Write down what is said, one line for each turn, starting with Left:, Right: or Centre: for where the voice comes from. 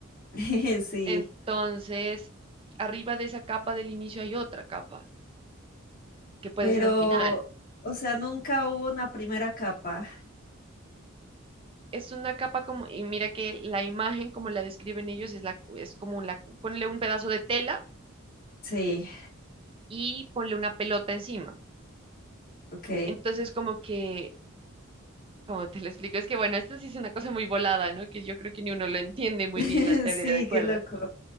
Left: <laughs>
Right: <laughs>
Left: Sí,
Right: Entonces, arriba de esa capa del inicio hay otra capa, que puede
Left: pero,
Right: ser un final.
Left: o sea, nunca hubo una primera capa.
Right: Es una capa como, y mira que la imagen, como la describen ellos, es, la, es como la, ponle un pedazo de tela
Left: Sí,
Right: y ponle una pelota encima.
Left: ok.
Right: Entonces, como que como te lo explico? Es que, bueno, esto sí es una cosa muy volada, ¿no? Que yo creo que ni uno lo entiende muy
Left: <laughs>
Right: bien la teoría
Left: Sí,
Right: de
Left: qué
Right: cuerdas,
Left: loco.